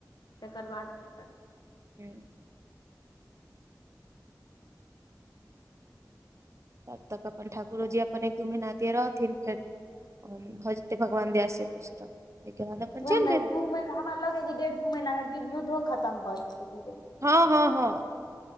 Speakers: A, on the left; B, on the right.
A: तकर बाद नहि करबै
B: हूं तब तक अपन ठाकुरो जी अपन एक दू महिना एतै रहथिन फेर भऽ जेतै भगवान दया से कुछ तऽ तइके बाद अपन
A: वएह
B: चलि
A: ने
B: जेथिन
A: दू महीना हमरा लगैय जे डेढ़ दू महीना में युद्धो खतम भऽ जेतै धीरे धीर
B: हँ हँ हँ